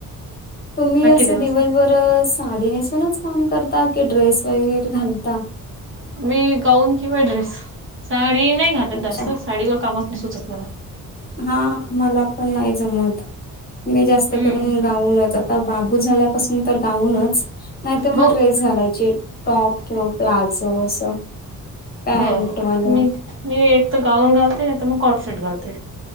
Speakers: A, on the left (about 30°); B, on the right (about 35°).
A: तुम्ही असं
B: दिवस
A: दिवसभर साडी नेसूनच काम करता. की ड्रेस वगैरे घालता
B: मी गाऊन किंवा ड्रेस साडी नाही घालत.
A: अच्छा
B: जास्त साडीवर कामच नाही सुचत मला
A: हा मला पण नाही. जमत मी जास्त
B: हम्म
A: करून गाऊनच आता बाबू झाल्यापासून तर गाऊनच नाही तर मग
B: हो
A: ड्रेस घालायची टॉप किंवा प्लाझो असं पॅंट
B: हो हो
A: वालं
B: मी मी एक तर गाऊन घालते नाही तर मग कोर्टशट घालते